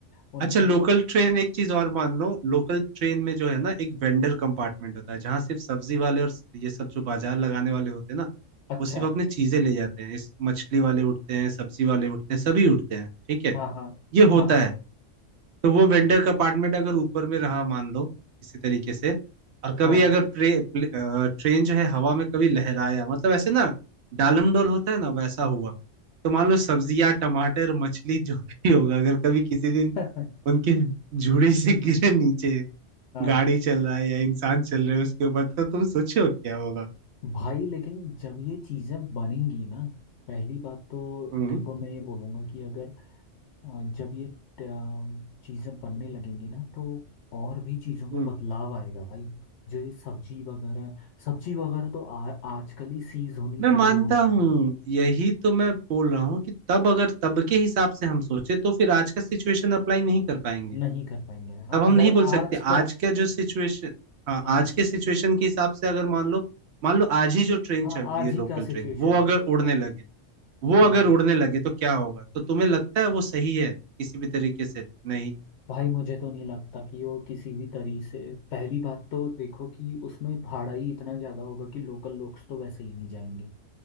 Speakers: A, on the left; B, on the right.
A: उनका
B: अच्छा लोकल
A: प...
B: ट्रेन एक चीज और मान लो लोकल ट्रेन में जो है ना एक वेंडर कंपार्टमेंट होता है जहाँ सिर्फ सब्जी वाले और ये सब जो बाजार लगाने वाले होते हैं ना
A: अच्छा
B: वो सिर्फ अपने चीजें ले जाते हैं इस मछली वाले उठते हैं सब्जी वाले उठते हैं सभी उठते हैं ठीक है
A: हाँ हाँ
B: ये होता
A: हाँ हाँ
B: है तो वो वेंडर का अपार्टमेंट अगर ऊपर में रहा मान लो किसी तरीके से और कभी
A: हाँ हाँ
B: अगर प्रे, प्ले, अ, ट्रेन जो है हवा में कभी लहराया मतलब ऐसे ना डालमडोल होता है ना वैसा हुआ तो मान लो सब्जियां टमाटर मछली जो भी होगा अगर कभी किसी दिन
A: <laughs>
B: उनके झुड़ी से गिरे नीचे
A: हाँ
B: गाड़ी चल रहा है या इंसान चल रहे है उसके ऊपर तो तुम सोचो क्या होगा
A: भाई लेकिन जब ये चीज़ें बनेंगी ना पहली बात तो
B: हम्म
A: देखो मैं ये बोलूँगा कि अगर अ, जब ये चीज़ें बनने लगेंगी ना तो और भी चीज़ों में
B: हम्म।
A: बदलाव आएगा भाई जो ये सब्जी वगैरह सब्जी वगैरह तो आ, आजकल ही सीज होनी
B: मैं
A: शुरू
B: मानता
A: हो गई
B: हूँ
A: है
B: यही तो मैं बोल रहा हूँ कि तब अगर तब के हिसाब से हम सोचे तो फिर आज का सिचुएशन अप्लाई नहीं कर पाएंगे
A: नहीं कर पाएंगे हाँ
B: अब हम
A: अगर
B: नहीं बोल
A: आज
B: सकते
A: का
B: आज का जो सिचुएशन हाँ
A: हाँ
B: आज के सिचुएशन के हिसाब से अगर मान लो मान लो आज ही जो ट्रेन
A: हाँ
B: चल रही
A: आज
B: है
A: ही
B: लोकल
A: का
B: ट्रेन
A: सिचुएशन
B: वो अगर उड़ने
A: हाँ
B: लगे वो
A: हाँ
B: अगर उड़ने लगे तो क्या होगा तो तुम्हें लगता है वो सही है किसी भी तरीके से नहीं
A: भाई मुझे तो नहीं लगता कि वो किसी भी तरीके से पहली बात तो देखो कि उसमें भाड़ा ही इतना ज़्यादा होगा कि लोकल लोग तो वैसे ही नहीं जाएंगे